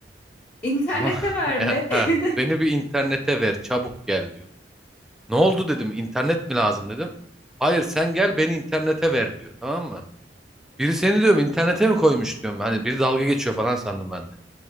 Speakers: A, on the left; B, in the centre.
A: İnternete
B: Tamam.
A: verme.
B: <laughs> E, Ha,
A: <laughs>
B: beni bir internete ver çabuk gel diyor. Ne oldu dedim internet mi lazım dedim. Hayır sen gel beni internete ver diyor tamam mı? Biri seni diyorum internete mi koymuş diyorum. Hani biri dalga geçiyor falan sandım ben de.